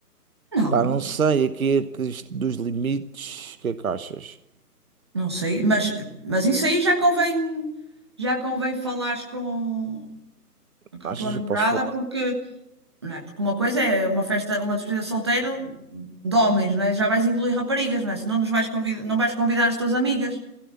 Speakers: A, on the right (about 15°); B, on the right (about 60°).
A: Não,
B: Pá, não sei, aqui é que isto dos limites, o que é que achas?
A: não sei, mas, mas isso aí já convém, já convém falares com, com
B: Achas
A: a tua namorada,
B: que eu posso falar?
A: porque não é? Porque uma coisa é uma festa, uma despedida de solteiro de homens, não é? Já vais incluir raparigas, não é? Senão nos vais convidar, não vais convidar as tuas amigas.